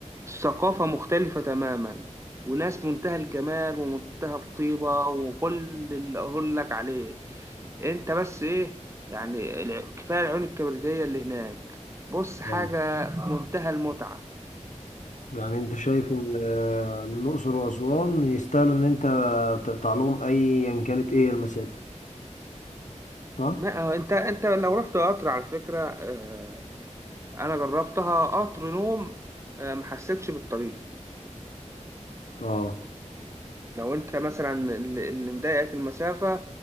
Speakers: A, on the right (about 20°); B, on the left (about 75°).
A: الثقافة مختلفة تماما وناس منتهى الجمال ومنتهى الطيبة وكل اللي أقول لك عليه انت بس ايه يعني الع- كفايه العيون الكبريتيه اللي هناك بص حاجه
B: آه.
A: في آه. منتهى المتعه
B: يعني انت شايف ان آه، الاقصر واسوان يستاهلوا ان انت تقطع لهم ايا كانت ايه المسافة صح؟
A: ما هو انت انت لو رحت قطر على فكره اه انا جربتها قطر نوم اه ما حسيتش بالطريق
B: اه
A: لو انت مثلا اللي اللي مضايقك المسافه